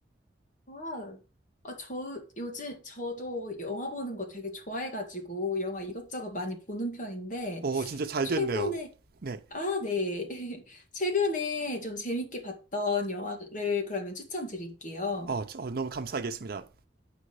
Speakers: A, on the left (about 45°); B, on the right (about 55°).
A: 아, 아, 저 요즘 저도 영화 보는 거 되게 좋아해가지고 영화 이것저것
B: 어,
A: 많이 보는 편인데
B: 어, 진짜 잘
A: 최근에
B: 됐네요. 네.
A: 아, 네. <laughs> 최근에 좀 재밌게 봤던 영화를 그러면 추천드릴게요.
B: 어, 저- 어, 너무 감사하겠습니다.